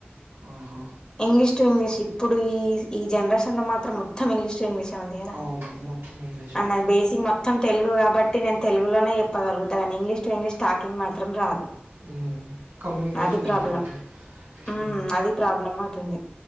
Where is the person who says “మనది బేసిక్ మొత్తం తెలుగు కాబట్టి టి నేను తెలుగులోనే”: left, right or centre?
Left